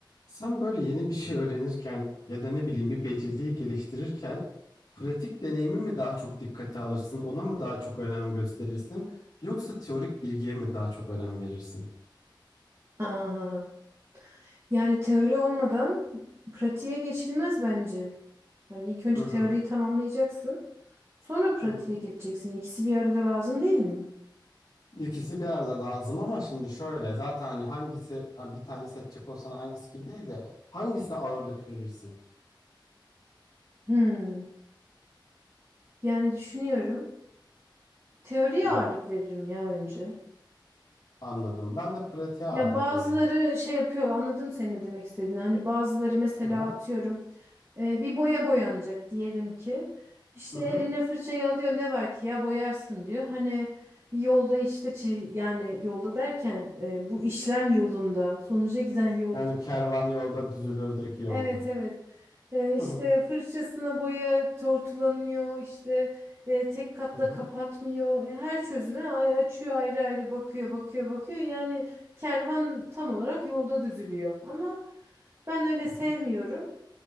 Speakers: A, on the left; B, on the right.
A: Sen böyle yeni bir şey öğrenirken ya da ne bileyim bir beceriyi geliştirirken pratik deneyimi mi daha çok dikkate alırsın, ona mı daha çok önem gösterirsin, yoksa teorik bilgiye mi daha çok önem verirsin?
B: Aa, yani teori olmadan pratiğe geçilmez bence. Hani ilk önce
A: Hı hı,
B: teoriyi tamamlayacaksın, sonra pratiğe
A: hı hı.
B: geçeceksin. İkisi bir arada lazım değil mi?
A: İkisi bir arada lazım ama şimdi şöyle zaten hani hangisi ha, bir tane seçecek olsan hangisi gibi değil de hangisine ağırlık verirsin?
B: Hmm. Yani düşünüyorum. Teoriye
A: Hı
B: ağırlık
A: hı,
B: veririm ya önce.
A: anladım. Ben de pratiğe ağırlık
B: Ya bazıları
A: veririm.
B: şey yapıyor anladım senin ne demek istediğini. Hani bazıları mesela
A: Hı hı,
B: atıyorum e, bir boya boyanacak diyelim ki. İşte
A: hı hı.
B: eline fırçayı alıyor ne var ki ya boyarsın diyor. Hani yolda işte çi- yani yolda derken e, bu işlem yolunda sonuca giden yolda.
A: Yani kervan yolda düzülürdeki yolda.
B: Evet evet. E, işte
A: Hı hı,
B: fırçasına boya tortulanıyor, işte e, tek katta
A: hı hı,
B: kapatmıyor. E, Her çözüme ay- açıyor ayrı ayrı bakıyor, bakıyor, bakıyor. Yani kervan tam olarak yolda düzülüyor. Ama ben öyle
A: hı
B: sevmiyorum.
A: hı.